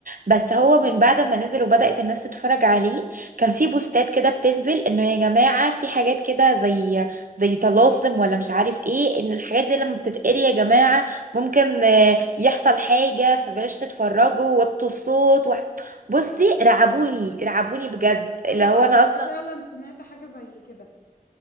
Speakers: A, on the right; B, on the left.
A: بس هو من بعد ما نزل وبدات الناس تتفرج عليه كان في بوستات كده بتنزل انه يا جماعه في حاجات كده زي زي طلاسم ولا مش عارف ايه ان الحاجات دي لما بتتقري يا جماعه ممكن آه، يحصل حاجه فبلاش تتفرجوا وطوا الصوت بصي رعبوني رعبوني بجد
B: ايوه
A: اللي هو انا
B: انا
A: اصلا
B: فعلا سمعت حاجة زي كده